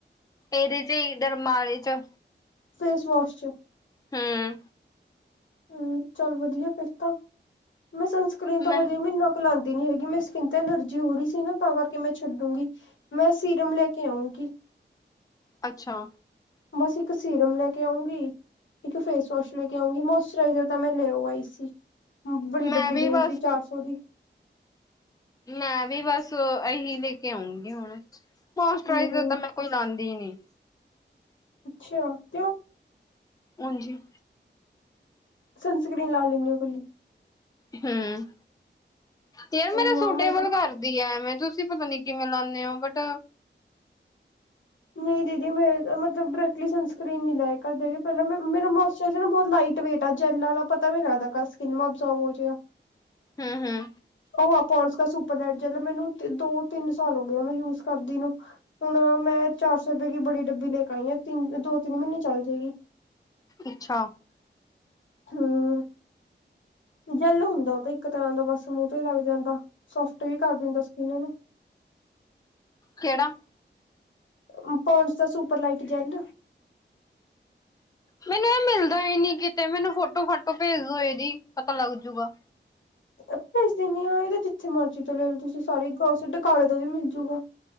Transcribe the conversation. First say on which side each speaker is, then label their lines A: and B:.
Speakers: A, on the left; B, on the left.
A: ਇਹਦੇ ਚ ਇਧਰ ਮਾਰੇੇ ਚ
B: ਫੇਸ ਵਾਸ਼ ਚ
A: ਹਮ।
B: ਹਮ, ਚੱਲ ਵਧੀਆ ਫੇਰ ਤਾਂ ਮੈਂ ਸਨਸਕਰੀਨ ਤਾਂ
A: ਮੈਂ
B: ਹਜੇ ਮਹੀਨ ਲਾਉਂਦੀ ਨੀ ਹੈਗੀ, ਮੇਰੀ ਸਕਿੰਨ ਤੇ ਅਲਰਜੀ ਹੋ ਰਹੀ ਸੀ ਨਾ, ਤਾਂ ਕਰਕੇ ਮੈਂ ਛੱਡੂੰਗੀ। ਮੈਂ ਸੀਰਮ ਲੈ ਕੇ ਆਉਂਗੀ।
A: ਅੱਛਾ।
B: ਬਸ, ਇੱਕ ਸੀਰਮ ਲੈ ਕੇ ਆਉਂਗੀ, ਇੱਕ ਫੇਸ ਵਾਸ਼ ਲੈ ਕੇ ਆਉਂਗੀ, ਮੋਸ ਮੋਇਸਚਰਾਈਜ਼ਰ ਤਾਂ ਮੈਂ ਲੈਓ ਆਈ ਸੀ, ਬੜੀ
A: ਮੈਂ
B: ਡੱਬੀ
A: ਵੀ
B: ਲੈ
A: ਬਸ
B: ਆਈ ਸੀ, ਚਾਰ ਸੌ ਦੀ।
A: ਮੈਂ ਵੀ ਬਸ ਇਹੀ ਲੈ ਕੇ ਆਉਂਗੀ ਹੁਣ। ਮੋਇਸਚਰਾਈਜ਼ਰ
B: ਹੂੰ
A: ਤਾਂ ਮੈਂ ਕੋਈ ਲਾਉਂਦੀ ਹੀ ਨਹੀ।
B: ਅੱਛਾ, ਕਿਉ?
A: ਉੰਝ ਹੀ।
B: ਸਨਸਕਰੀਨ ਲਾ ਲੈਂਦੇ ਹੋ ਇਕੱਲੀ?
A: ਹਮ, ਯਾਰ ਮੇਰਾ
B: ਨਾ
A: ਸੂਟੇਬਲ
B: ਮੈਂ ਤਾਂ
A: ਕਰ ਦੀ ਹੈ, ਐਵੇਂ ਤੁਸੀਂ ਪਤਾ ਨਹੀ ਕਿਵੇਂ ਲਾਉਣੇ ਹੋ ਬਟ
B: ਨਹੀਂ ਦੀਦੀ ਮੇ ਅ ਮਤਲਬ ਡਾਇਰੈਕਟਲੀ ਸਨਸਕਰੀਨ ਨੀ ਲਾਇਆ ਕਦੇ ਵੀ ਪਹਿਲਾਂ ਮੈਂ ਮੇਰਾ ਮੌਸ਼ ਛੇਅਜ਼ੇ ਨਾ ਬਹੁਤ ਲਾਈਟ ਵੇਟ ਆ, ਜੈਲ ਵਾਲਾ, ਪਤਾ ਵੀ ਨੀ ਲੱਗਦਾ ਕਦ ਸਕਿਨ ਮਾ ਅਬਜੋਰਵ ਹੋ ਜਿਆ
A: ਹਮ ਹਮ।
B: ਉਹ ਆ ਪੋਂਡਸ ਕਾ ਸੁਪਰ ਲਾਈਟ ਜੈਲ, ਮੈਨੂੰ ਦੋ-ਤਿੰਨ ਸਾਲ ਹੋਗੇ ਉਹਨੂੰ ਯੂਜ ਕਰਦੀ ਨੂੰ। ਹੁਣ ਮੈਂ ਚਾਰ ਸੌ ਰੁਪਏ ਕਿ ਬੜੀ ਡੱਬੀ ਲੈ ਕੇ ਆਈ ਆ, ਤਿੰਨ, ਦੋ-ਤਿੰਨ ਮਹੀਨੇ ਚੱਲ ਜਾਏਗੀ।
A: ਅੱਛਾ।
B: ਹਮ। ਜੈਲ ਹੁੰਦਾ, ਉਹ ਤਾਂ ਇੱਕ ਤਰ੍ਹਾਂ ਦਾ ਬਸ ਮੂਹ ਵੀ ਲੱਗ ਜਾਂਦਾ, ਸੋਫਟ ਵੀ ਕਰ ਦਿੰਦਾ ਸਕਿਨ ਨੂੰ!
A: ਕਿਹੜਾ?
B: ਆਹ ਪੋਨਡਸ ਦਾ ਸੁਪਰ ਲਾਈਟ ਜੈਲ।
A: ਮੈਨੂੰ ਇਹ ਮਿਲਦਾ ਹੀ ਨੀ ਕਿਤੇ, ਮੈਨੂੰ ਫੋਟੋ-ਫਾਟੋ ਭੇਜ ਦੋ ਇਹਦੀ, ਪਤਾ ਲੱਗ ਜੂਗਾ।
B: ਭੇਜ ਦਿਨੀਂ ਹਾਂ, ਇਹ ਤਾਂ ਜਿੱਥੇ ਮਰਜ਼ੀ ਤੋਂ ਲੈ ਲਓ ਤੁਸੀਂ, ਸਾਰੇ ਗਰੋਸਰੀ ਡੂਕਾਲੇ ਤੋਂ ਵੀ ਮਿਲਜੂਗਾ।